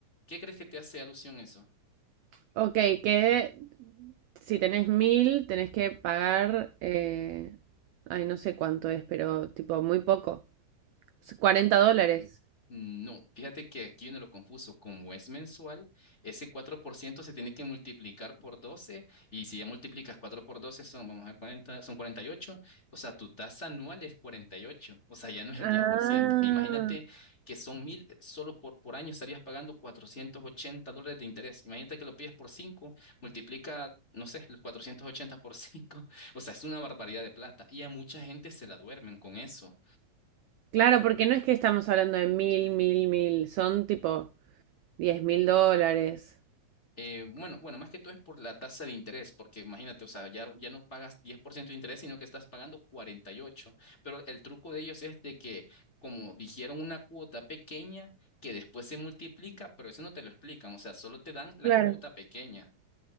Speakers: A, on the left (about 25°); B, on the right (about 80°).
A: ¿Qué crees que te hace alusión eso?
B: Ok, que si tenés mil, tenés que pagar, eh, ay, no sé cuánto es, pero tipo muy poco, s- 40 dólares.
A: Mm, No, fíjate que aquí viene lo confuso. Como es mensual, ese 4% se tiene que multiplicar por 12 y si ya multiplicas 4 por 12, son, vamos a ver, 40, son 48. O sea, tu tasa anual es 48. O sea, ya no es el
B: Ah.
A: 10%. Imagínate que son mil, solo por, por año estarías pagando 480 dólares de interés. Imagínate que lo pides por 5, multiplica, no sé, los 480 por 5. <laughs> O sea, es una barbaridad de plata y a mucha gente se la duermen con eso.
B: Claro, porque no es que estamos hablando de mil, mil, mil, son tipo diez mil dólares.
A: Eh, bueno, bueno, más que todo es por la tasa de interés, porque imagínate, o sea, ya, ya no pagas 10% de interés, sino que estás pagando 48%. Pero el truco de ellos es de que, como dijeron, una cuota pequeña que después se multiplica, pero eso no te lo explican, o sea, solo te dan la
B: Claro.
A: cuota pequeña.